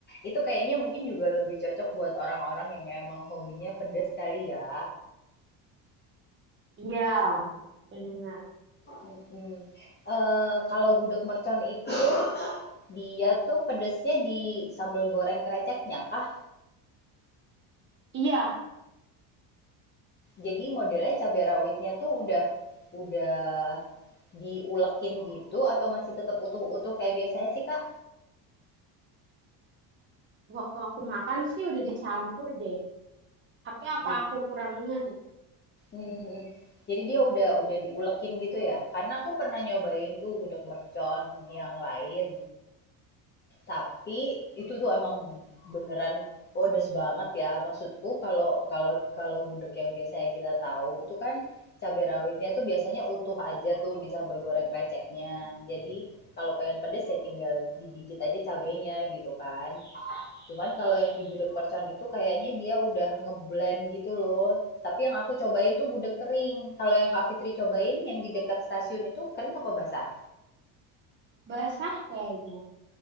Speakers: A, on the left; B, on the right.
A: Itu kayaknya mungkin juga lebih cocok buat orang-orang yang emang hobinya pedes kali ya.
B: Iya, benar.
A: Mhm. Eee, kalau gudeg mercon itu, dia tuh pedesnya di sambal goreng kreceknya kah?
B: Iya,
A: Jadi modelnya cabai rawitnya tuh udah udah diulekin gitu atau masih tetap utuh-utuh kayak biasanya sih, Kak?
B: waktu aku makan sih udah dicampur deh. Tapi apa
A: Jadi
B: aku kurang ingat ya?
A: mhm,
B: Mhm.
A: jadi dia udah udah diulekin gitu ya? Karena aku pernah nyobain tuh gudeg mercon yang lain. Tapi itu tuh emang beneran pedes banget ya. Maksudku kalau kalau kalau gudeg yang biasanya kita tahu tuh kan cabai rawitnya tuh biasanya utuh aja tuh di sambal goreng kreceknya. Jadi kalau pengen pedes ya tinggal digigit aja cabenya gitu kan. Cuman kalau yang di gudeg mercon itu kayaknya dia udah ngeblend gitu loh. Tapi yang aku cobain tuh gudeg kering. Kalau yang Kak Fitri cobain yang di dekat stasiun itu kering apa basah?
B: Basah kayaknya.